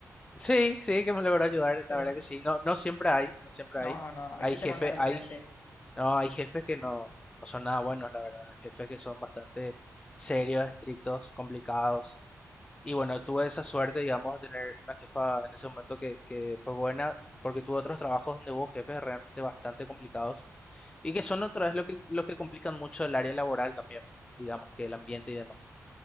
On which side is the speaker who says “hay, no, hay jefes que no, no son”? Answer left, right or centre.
Left